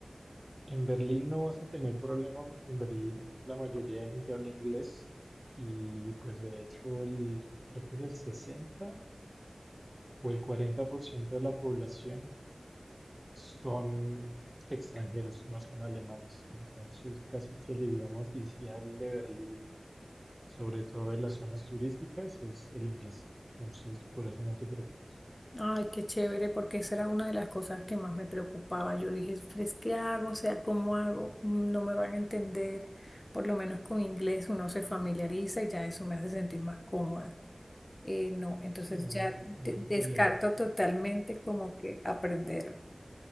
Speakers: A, on the right; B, on the left.
A: En Berlín no vas a tener problema porque en Berlín la mayoría de gente habla inglés y pues de hecho el, creo que es el 60 o el 40% de la población son extranjeros, no son alemanes. Entonces casi que el idioma oficial de Berlín, sobre todo en las zonas turísticas, es el inglés. Entonces por eso no te preocupes.
B: Ay, qué chévere, porque esa era una de las cosas que más me preocupaba. Yo dije, "Fres, ¿qué hago? O sea, ¿cómo hago? Mm, No me van a entender. Por lo menos con inglés uno se familiariza y ya eso me hace sentir más cómoda. Eh, no, entonces
A: Sí, no,
B: ya
A: no, no
B: de-
A: hay
B: descarto
A: problema.
B: totalmente como que aprender